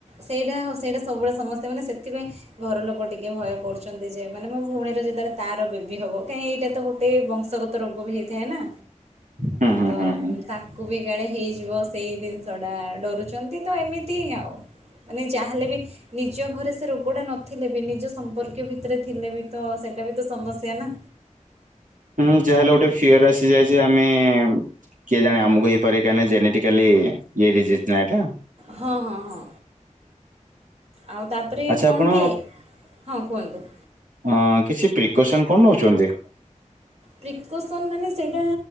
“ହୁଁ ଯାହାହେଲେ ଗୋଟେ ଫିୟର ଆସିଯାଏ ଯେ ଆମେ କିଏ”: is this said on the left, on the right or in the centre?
Right